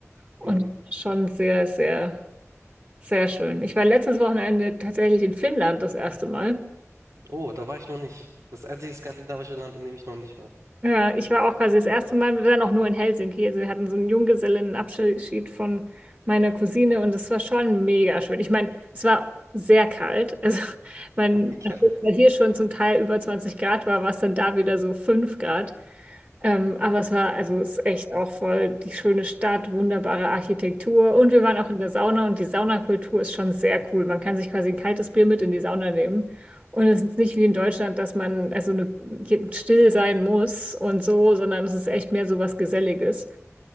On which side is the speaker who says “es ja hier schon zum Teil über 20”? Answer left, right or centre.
Right